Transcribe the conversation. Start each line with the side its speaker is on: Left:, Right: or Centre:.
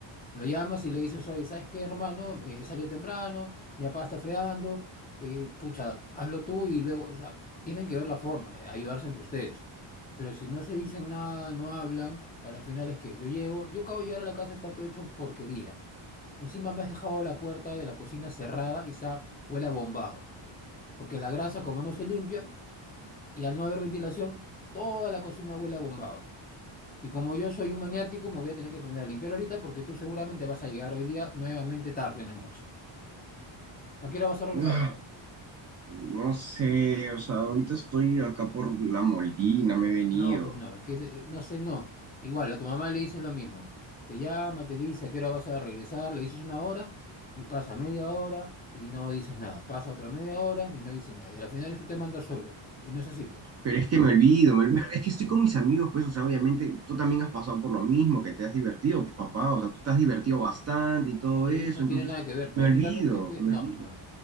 Left: Lo llamas y le dices, oye, ¿sabes qué, hermano? Eh, salió temprano, mi papá está fregando, eh, pucha, hazlo tú y luego, o sea, tienen que ver la forma, eh, ayudarse entre ustedes. Pero si no se dicen nada, no hablan, a la final es que yo llego, yo acabo de llegar a la casa, está todo hecho porquería. Encima me has dejado la puerta de la cocina cerrada y está, huele a bombado. Porque la grasa, como no se limpia, y al no haber ventilación, toda la cocina huele a bombado. Y como yo soy un maniático, me voy a tener que poner a limpiar ahorita porque tú seguramente vas a llegar hoy día nuevamente tarde en la noche. ¿A qué hora vas a regresar?
Right: Ah, No sé, o sea, ahorita estoy acá por La Molina, me he venido.
Left: No, pues no, es que eh, no sé, no. Igual, a tu mamá le dices lo mismo. Te llama, te dice a qué hora vas a regresar, le dices una hora y pasa media hora y no dices nada. Pasa otra media hora y no dices nada. Y al final tú te mandas solo. Y no es así, pues.
Right: Pero es que me olvido, me olvido, es que estoy con mis amigos, pues, o sea, obviamente tú también has pasado por lo mismo, que te has divertido, pues, papá, o sea, tú te has divertido bastante y todo
Left: Y
Right: eso,
Left: no
Right: entonces
Left: tiene nada que ver, tranquilamente,
Right: me olvido,
Left: pues,
Right: me
Left: no,
Right: olvido.
Left: no, no.